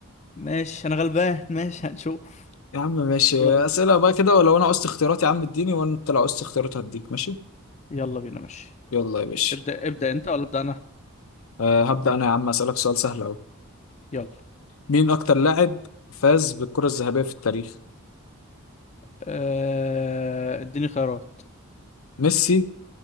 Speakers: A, on the left; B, on the left.
A: ماشي انا غلبان <laughs> ماشي هنشوف
B: يا عم ماشي
A: يلا بينا
B: أسئلة بقى كده ولو انا عوزت اختيارات يا عم اديني وانت لو عوزت اختيارات هديك ماشي
A: يلا بينا ماشي
B: يلا يا باشا
A: ابدأ ابدأ انت ولا ابدأ انا
B: أه هبدأ انا يا عم أسألك سؤال سهل أوي
A: يلا
B: مين اكتر لاعب فاز بالكرة الذهبية في التاريخ
A: آه، اديني خيارات
B: ميسي